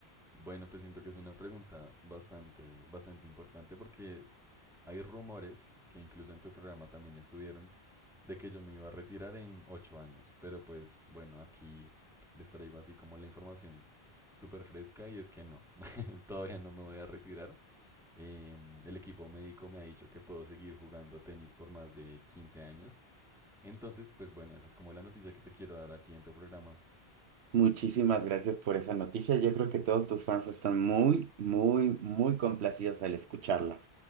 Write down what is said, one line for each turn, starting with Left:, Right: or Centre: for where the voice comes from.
Centre: Bueno, pues siento que es una pregunta bastante, bastante importante porque hay rumores que incluso en tu programa también estuvieron de que yo me iba a retirar en ocho años, pero pues bueno, aquí les traigo así como la información súper fresca y es que no, <laughs> todavía no me voy a retirar. Eh, el equipo médico me ha dicho que puedo seguir jugando tenis por más de 15 años. Entonces, pues bueno, esa es como la noticia que te quiero dar aquí en tu programa.
Right: Muchísimas gracias por esa noticia. Yo creo que todos tus fans están muy, muy, muy complacidos al escucharla.